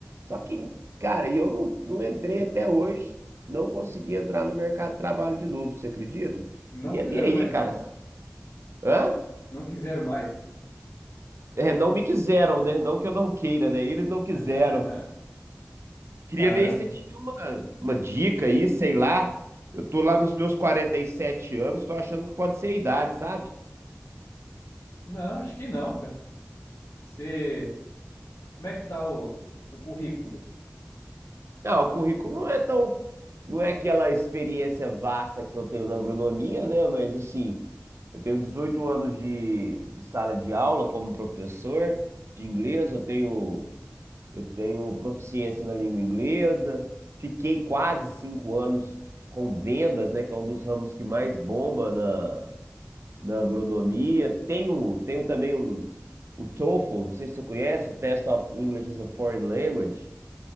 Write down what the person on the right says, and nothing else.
Só que, cara, e eu não, não entrei até hoje, não consegui entrar no mercado de trabalho de novo, você acredita?
Queria
ver aí,
cara. Hã?
É, não me quiseram, né? Não que eu não queira, né? Eles não quiseram.
Queria
ver se você tinha uma, uma dica aí, sei lá. Eu tô lá nos meus 47 anos, tô achando que pode ser a idade, sabe?
Não, o currículo não é tão. Não é aquela experiência vasta que eu tenho na agronomia, né? Mas assim, eu tenho 18 anos de, de sala de aula como professor de inglês, eu tenho, eu tenho proficiência na língua inglesa, fiquei quase cinco anos com vendas, né? Que é um dos ramos que mais bomba na, na agronomia. Tenho, tenho também um, o TOEFL, não sei se você conhece, o Test of English as a Foreign Language